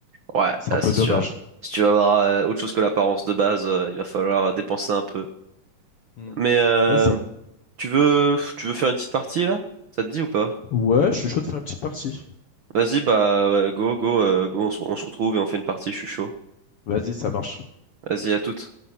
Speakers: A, on the right; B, on the left.
A: Ouais,
B: C'est
A: là,
B: un peu
A: c'est
B: dommage.
A: sûr. Si tu veux avoir euh, autre chose que l'apparence de base, euh, il va falloir dépenser un peu.
B: Mm.
A: Mais euh,
B: Ouais, ça me-
A: tu veux, tu veux faire une petite partie là? Ça te dit ou pas?
B: Ouais, je suis chaud de faire une petite partie.
A: Vas-y, bah, ouais, go, go, euh, go, on se on se retrouve et on fait une partie, je suis chaud.
B: Vas-y, ça marche.
A: Vas-y, à toutes.